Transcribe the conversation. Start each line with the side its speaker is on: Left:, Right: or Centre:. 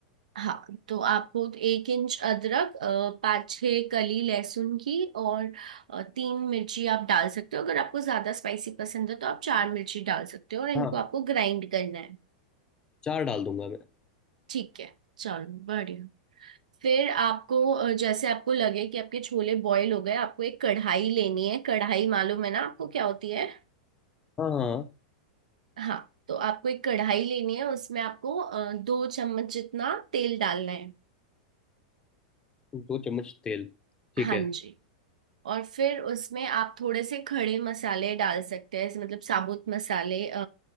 Right: हाँ तो आपको एक इंच अदरक अ, पाँच छः कली लहसुन की और अ, तीन मिर्ची आप डाल सकते हो अगर आपको ज्यादा स्पाइसी पसंद है तो आप चार मिर्ची डाल सकते हो और इनको
Left: हाँ
Right: आपको ग्राइंड करना है
Left: चार डाल दूंगा मैं
Right: ठीक है चलो बढ़िया फिर आपको अ, जैसे आपको लगे कि आपके छोले बॉईल हो गए आपको एक कढ़ाई लेनी है कढ़ाई मालूम है ना आपको क्या होती है
Left: हाँ हाँ हाँ,
Right: हाँ तो आपको एक कढ़ाई लेनी है उसमें आपको अ, दो चम्मच जितना तेल डालना है
Left: दो चम्मच तेल ठीक
Right: हाँ
Left: है
Right: जी और फिर उसमें आप थोड़े से खड़े मसाले डाल सकते हैं ऐसे मतलब साबुत मसाले अ,